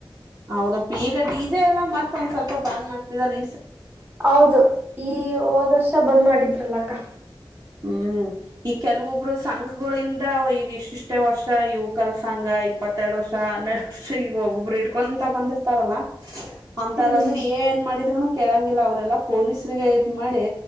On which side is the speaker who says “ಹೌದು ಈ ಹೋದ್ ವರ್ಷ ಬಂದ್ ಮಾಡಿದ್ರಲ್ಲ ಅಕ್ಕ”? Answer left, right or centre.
Right